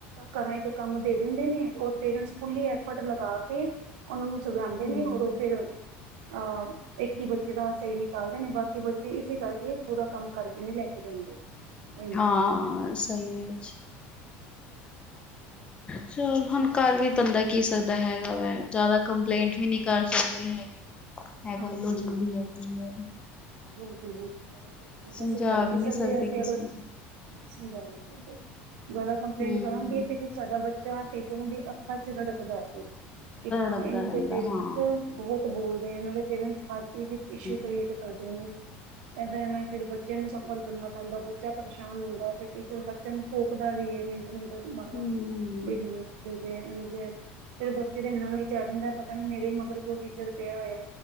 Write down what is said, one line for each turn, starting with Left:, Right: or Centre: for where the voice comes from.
Right: ਘਰਾਂ ਚ ਕੰਮ ਦੇ ਦਿੰਦੇ ਨੇ ਔਰ ਪੇਰੈਂਟਸ ਫੁੱਲਲੀ ਹੋਟਲ ਲਗਾ ਕੇ ਉਹਨਾਂ ਨੂੰ ਸੁਗਾਦੇ
Left: ਹਮ
Right: ਨੀ ਹੁੰਦੇ ਫਿਰ ਅ ਇੱਕ ਹੀ ਬੱਚੇ ਤਾਂ ਸਹੀ ਨੀ ਪਾਲਦੇ ਨੇ ਬਾਕੀ ਬੱਚੇ ਇਸੇ ਕਰਕੇ ਪੂਰਾ ਕੰਮ ਕਰਕੇ ਨਹੀਂ ਲੈ ਕੇ ਜਾਂਦੇ। ਹਮ
Left: ਹਾਂ, ਸਹੀ ਚਲ ਹੁਣ ਘਰ ਵੀ ਬੰਦਾ ਕੀ ਸਕਦਾ ਹੈਗਾ, ਵਾ ਜ਼ਿਆਦਾ ਕੰਪਲੇਂਟ ਵੀ ਨੀ ਕਰ ਸਕਦੇ ਹੈਗੇ। ਹੈ
Right: ਹਮ
Left: ਗੱਲ ਉਹ ਚਲਦੀ ਹੈਗੀ ਹੈ।
Right: ਬਿਲਕੁਲ, ਬਿਲਕੁਲ ਜੀ। ਕੰਪਨੀ
Left: ਸਮਝਾ
Right: ਪਾਸੀ ਕਰ ਨਹੀਂ
Left: ਵੀ
Right: ਸਕਦੇ ਅਸੀਂ
Left: ਕਿਸੇ
Right: ਅਗਰ
Left: ਨੂੰ
Right: ਸਹੀ ਗੱਲ ਆ। ਜਿਆਦਾ ਕੰਪਲੇਂਟ
Left: ਹੂੰ
Right: ਕਰਾਂਗੇ ਤੇ ਫੇਰ ਸਾਡਾ ਬੱਚਾ ਤੇ ਚ ਨ ਅੱਖਾ ਚ ਰੜਦਾ ਕਿ ਹਾਂ
Left: ਰੜਕਦਾ
Right: ਇਹਨਾਂ
Left: ਰਹਿੰਦਾ
Right: ਦੇ ਪੇਟ
Left: ਹਾਂ
Right: ਚ ਬਹੁਤ ਬੋਲਦੇ ਆ ਇਹਨਾਂ ਦੇ ਪੇਰੈਂਟਸ ਜ ਇਸ਼ੂ
Left: ਹੂੰ।
Right: ਕਰਈ ਇਹਦਾਂ ਐਵੇਂ ਤੇੜ ਬੱਚਿਆਂ ਨੂੰ ਸੂਬ ਕਰਨਾ ਪੈਂਦਾ ਦੱਚਾ ਪਰੇਸ਼ਾਨ ਹੁੰਦਾ ਫਿਰ ਟੀਚਰ ਬੱਚਿਆਂ ਨੂੰ ਧੋਪ ਦਾ ਵੀਏ ਮੈਨੂੰ ਗਟ ਬਰ--ਦਿਜੇ
Left: ਹੂੰ
Right: ਜ ਇਹ ਜਿਹੇ ਮਨ ਨੂੰ ਵੀ ਚੱਲਨ ਦਾ ਪਤਾ ਨੀ ਮੇਰੇ ਮ ਟੀਚਰ ਪਿਆ ਹੋਇਆ